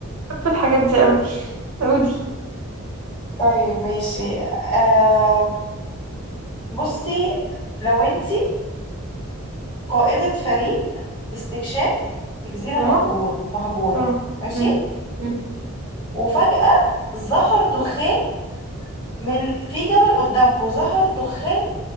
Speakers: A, on the right; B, on the left.
A: بحب الحاجات دي قوي قولي
B: طيب ماشي آه بصي لو انتي قائدة فريق استكشاف في جزيرة
A: اه
B: مهجورة مهجورة
A: اه
B: ماشي
A: مم. مم.
B: وفجأة ظهر دخان من في جبل قدامكم ظهر دخان